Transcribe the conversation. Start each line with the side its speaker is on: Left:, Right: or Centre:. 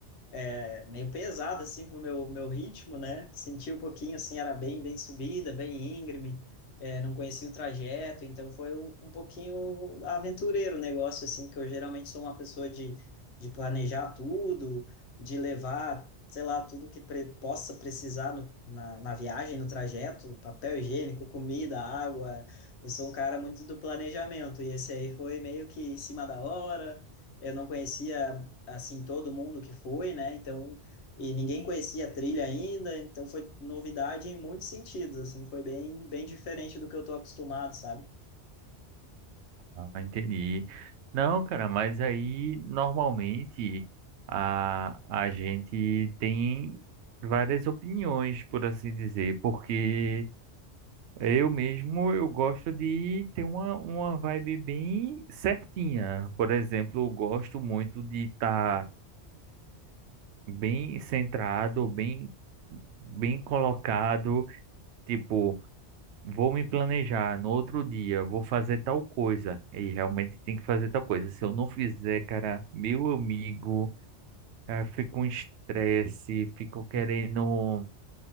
Left: é, meio pesado assim pro meu meu ritmo, né? Senti um pouquinho assim, era bem bem subida, bem íngreme, é, não conhecia o trajeto, então foi um, um pouquinho aventureiro o negócio assim, que eu geralmente sou uma pessoa de, de planejar tudo, de levar, sei lá, tudo que pre possa precisar no, na, na viagem, no trajeto, papel higiênico, comida, água. Eu sou um cara muito do planejamento e esse aí foi meio que em cima da hora. Eu não conhecia assim, todo mundo que foi, né? Então, e ninguém conhecia a trilha ainda, então foi novidade em muitos sentidos, assim, foi bem, bem diferente do que eu tô acostumado, sabe?
Right: Ah, entendi. Não, cara, mas aí normalmente a, a gente tem várias opiniões, por assim dizer, porque eu mesmo eu gosto de ter uma, uma vibe bem certinha. Por exemplo, eu gosto muito de estar bem centrado, bem bem colocado, tipo, vou me planejar no outro dia, vou fazer tal coisa, e realmente tem que fazer tal coisa. Se eu não fizer, cara, meu amigo, ah, fico um estresse, fico querendo,
Left: Hum.